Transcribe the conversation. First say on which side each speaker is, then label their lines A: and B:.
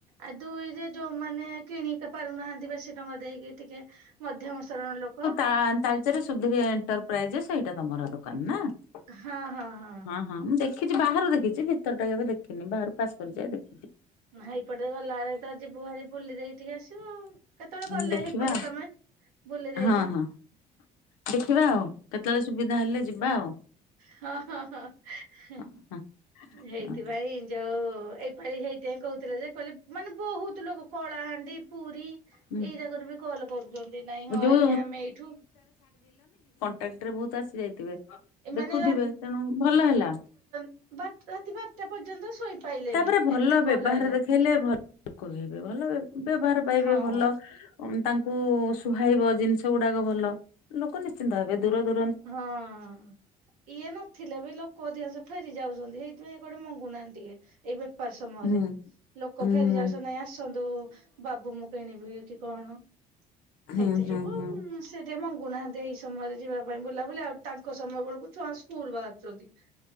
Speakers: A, on the right (about 70°); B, on the left (about 70°).
A: ଆ ଦୁଇରେ ଯୋଉମାନେ କିଣି ପାରୁନାହାନ୍ତି, ବା ସେ ଟଙ୍କା ଦେଇକି ଟିକେ, ମଧ୍ୟମ ସ୍ରଣ ର ଲୋକ।
B: <inaudible> ରେ ସୁବିଧା ଏଣ୍ଟରପ୍ରାଇଜ, ସେଇଟା ତମର ଦୋକାନ ନା।
A: ହଁ ହଁ ହଁ।
B: ହଁ, ମୁଁ ଦେଖିଚି ବାହାରୁ ଦେଖିଚି ଭିତର ଟା କେବେ ଦେଖିନି, ବାହାରୁ ପାସ୍ କରି ଯାଏ ଦେଖିଚି।
A: ନା ହେଇପଟେରେ ଗଲା ବେଳେ ତ, ଯିବୁ ଭାରି ବୁଲି ଦେଇକି ଟିକେ ଆସିବୁ ଆଉ କେତେବେଳେ
B: ହୁଁ
A: ଗଲେ
B: ଦେଖିବା
A: ହେଇପଟେ ତମେ। ବୁଲି ଦେଇକି
B: ହଁ ହଁ ଦେଖିବା ଆଉ, କେତେବେଳେ ସୁବିଧା ହେଲେ ଯିବା ଆଉ।
A: ହଁ ହଁ ହଁ,
B: ହଁ
A: ହେଇଥିପାଇଁ
B: ହଁ।
A: ଯୋଉ ପାଳି ହେଇଥିଇଁ କହୁଥିଲେ ଯେ, କହିଲେ ମାନେ ବହୁତ ଲୋକ କଳାହାଣ୍ଡି ପୁରୀ
B: ହୁଁ
A: ଏଇରାକରୁ ବି କଲ୍ କରୁଚନ୍ତି ନାଇଁ ହଁ
B: ଯୋଉ
A: ଆଜ୍ଞା ଆମେ ଏଇଠୁ
B: ଟାକ୍ଟ୍ ରେ ବହୁତ୍ ଆସି ଯାଇଥିବେ
A: ଏମାନେ
B: ଦେଖୁଥିବେ ତେଣୁ ଭଲ ହେଲା।
A: ବାଟ୍- ରାତି ବାର୍ ଟା ପର୍ଯ୍ୟନ୍ତ ଶୋଇପାଇଲେନି
B: ତାପରେ ଭଲ
A: ଏତେ କଲ୍
B: ବ୍ୟବହାର
A: ଆଇଲା
B: ଦେଖେଇଲେ ଭଲ ଲୋକ ବି ହେବେ ଭଲ ବ୍ୟବହାର ପାଇବେ
A: ହଁ
B: ଭଲ। ତାଙ୍କୁ ସୁହାଇବ ଜିନିଷ ଗୁଡାକ ଭଲ ଲୋକ ନିଶ୍ଚିନ୍ତ ହେବେ। ଦୂର ଦୂର
A: ହଁ। ଇଏ ନଥିଲେ ବି ଲୋକ ଅଧିକାଂଶ ଫେରି ଯାଉଚନ୍ତି। ହେଇଥିପାଇଁ ଇଏ କୁଆଡେ ମଙ୍ଗୁ ନାହାନ୍ତି ଟିକେ। ଏଇ ବେପାର ସମୟରେ
B: ହୁଁ
A: ଲୋକ
B: ହୁଁ
A: ଫେରି ଯାଉଚନ୍ତି ନାଇଁ ଆସନ୍ତୁ ବାବୁ ମୁଁ କିଣିବି କି କଣ
B: ହୁଁ
A: ହେଇଥି
B: ହୁଁ
A: ଯୋଗୁ
B: ହୁଁ
A: ସେ ଟିକେ ମଙ୍ଗୁନାହାନ୍ତି ଏଇ ସମୟରେ ଯିବା ପାଇଁ ବୁଲା ବୁଲି ଆଉ ତାଙ୍କ ସମୟ ବେଳକୁ ଛୁଆ ସ୍କୁଲ୍ ବାହାରୁଚନ୍ତି